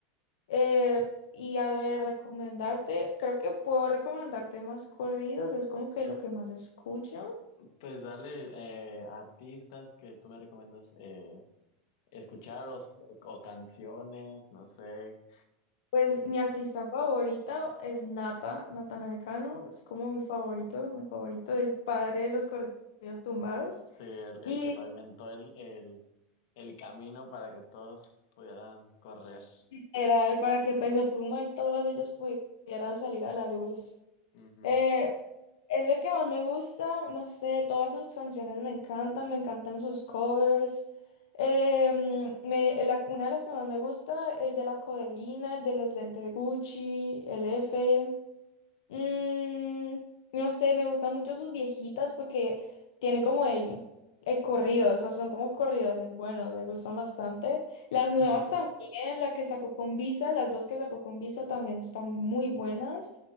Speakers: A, on the left; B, on the left.
A: eh, y a ver, recomendarte, creo que puedo recomendarte más corridos, es como que lo que más escucho.
B: Pues dale eh, artistas que tú me recomiendas eh, escuchar o, o canciones, no sé,
A: Pues mi artista favorita es Nata, Natanael Naecano, es como mi favorito, mi favorito del padre de los corridos tumbados.
B: sí, el,
A: Y
B: el que pavimentó el, el, el camino para que todos pudieran correr.
A: era para que Peso Pluma y todos ellos pudieran salir a la luz.
B: Ujú.
A: Eh, es el que más me gusta, no sé, todas sus canciones me encantan, me encantan sus covers. Em, me- la- una de las que más me gusta, el de la codeína, el de los lentes Gucci, el F. Mm, no sé, me gustan mucho sus viejitas porque tiene como el, el corrido, o sea, son como corridones buenos, me gustan bastante. Las nuevas
B: <laughs>
A: también, la que sacó con Visa, las dos que sacó con Visa también están muy buenas.